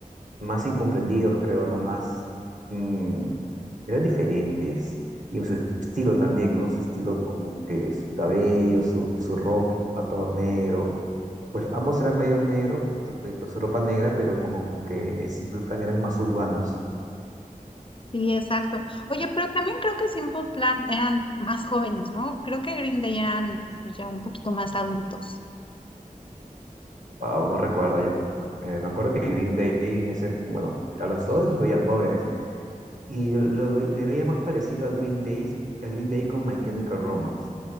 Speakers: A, on the right (about 60°); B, on the left (about 40°).
A: más incomprendidos, creo, ¿no? Más, mm, eran diferentes. Y en su estilo también, ¿no? Su estilo como que su cabello, su, su ropa, todo negro. Pues ambos eran medios negros, t- de, de su ropa negra, pero como que en simple plan eran más urbanos.
B: Sí, exacto. Oye, pero también creo que Simple Plan eran más jóvenes, ¿no? Creo que Green Day eran pues, ya un poquito más adultos.
A: Wow, no recuerdo yo. eh, me acuerdo que Green Day en ese, bueno, a los dos los veía jóvenes Y yo lo ve- le veía más parecido a Green Day, a Green Day con My Chemical Romance.